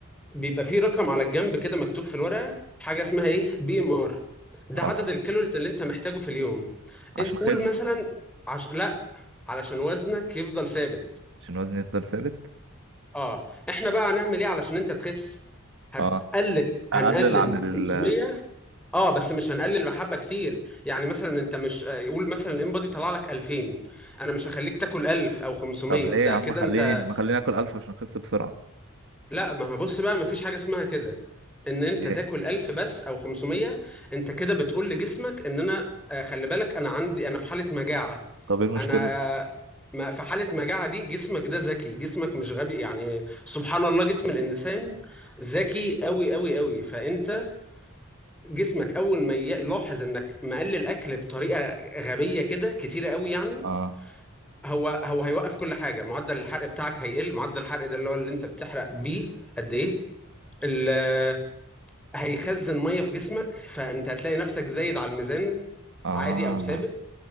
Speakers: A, in the centre; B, on the right (about 60°).
A: بيبقى فيه رقم على الجنب كده مكتوب في الورقة حاجة اسمها ايه بي ام ار ده
B: اه
A: عدد الكالوريز اللي انت محتاجه في اليوم
B: عشان
A: انت قول
B: اخس
A: مثلا عش... لا علشان وزنك يفضل ثابت
B: عشان وزني يفضل ثابت
A: اه احنا بقى هنعمل ايه علشان انت تخس هتقلل
B: اه
A: هنقلل
B: اقلل عن
A: من
B: ال
A: 500 اه بس مش هنقلل بحبة كتير يعني مثلا انت مش آه، قول مثلا الانبادي طلع لك 2000 انا مش هخليك تاكل 1000 او 500
B: طب ليه
A: ده
B: يا عم
A: كده
B: خليني
A: انت
B: ما خليني اكل الف عشان اخس بسرعه
A: لا ما هبص بقى ما فيش حاجة اسمها كده ان انت
B: ليه
A: تاكل 1000 بس او 500 انت كده بتقول لجسمك ان انا آه، خلي بالك انا عندي انا في حالة مجاعة
B: طب ايه المشكله
A: انا آه، ما في حالة مجاعة دي جسمك ده ذكي جسمك مش غبي يعني سبحان الله جسم الانسان ذكي قوي قوي قوي فانت جسمك اول ما يلاحظ انك مقلل اكل بطريقة غبية كده كتيرة قوي يعني
B: اه
A: هو هو هيوقف كل حاجة معدل الحرق بتاعك هيقل معدل الحرق ده اللي هو اللي انت بتحرق بيه قد ايه ال- هيخزن ميه في جسمك فانت هتلاقي نفسك زايد على الميزان
B: اه
A: عادي او ثابت